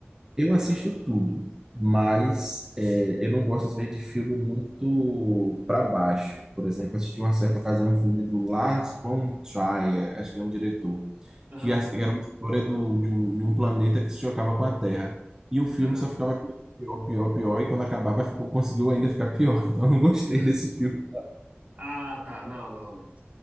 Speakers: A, on the right; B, on the right.
A: Eu assisto tudo, mas é, eu não gosto às vezes de filme muito para baixo. Por exemplo, assisti uma certa ocasião um filme do Lars von Trier, acho que é um diretor,
B: Aham.
A: que as- que era uma história do- de, um, de um planeta que se chocava com a Terra. E o filme
B: Ah.
A: só ficava pior, pior, pior, e quando acabava ficou, conseguiu ainda ficar pior. <laughs> Então eu não gostei
B: <laughs>
A: desse filme.
B: Ah, tá. Não, não.